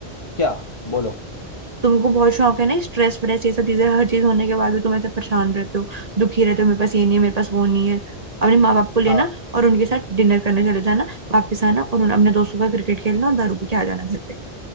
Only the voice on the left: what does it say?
क्या बोलो
हाँ